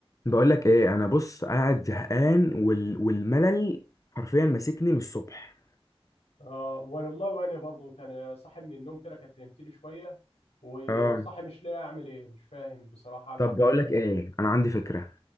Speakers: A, on the left; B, on the left.
A: بقول لك ايه انا بص قاعد زهقان وال... والملل حرفيا ماسكني من الصبح
B: اه والله وانا برضو كان صاحي من النوم كده كانت نمت لي شويه وصاحي
A: اه
B: مش لاقي اعمل ايه مش فاهم بصراحه اعمل
A: طب
B: ايه
A: بقول لك ايه انا عندي فكرة